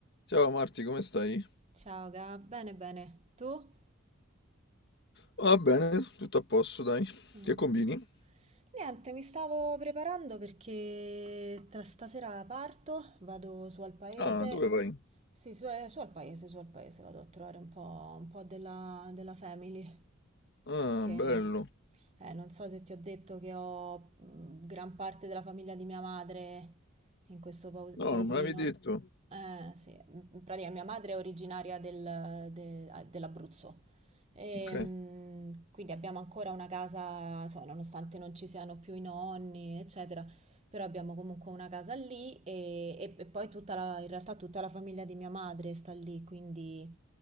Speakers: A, on the left; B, on the right.
A: Ciao Marti, come stai?
B: Ciao Gab, bene bene, tu?
A: Va bene, tutto a posto, dai.
B: Mm.
A: Che combini?
B: Niente, mi stavo preparando perché tra stasera parto, vado su al paese,
A: Ah, dove vai?
B: sì, su, eh, su al paese, su al paese, vado a trovare un po', un po' della, della family,
A: Ah,
B: che
A: bello.
B: eh, non so se ti ho detto che ho mm, gran parte della famiglia di mia madre in questo pau-
A: No,
B: paesino.
A: non me l'avevi detto.
B: Eh, sì, in pratica mia madre è originaria del- de- dell'Abruzzo. Ehm,
A: Ok.
B: quindi abbiamo ancora una casa, insomma, nonostante non ci siano più i nonni, eccetera, però abbiamo comunque una casa lì e, e- e poi tutta la, in realtà tutta la famiglia di mia madre sta lì, quindi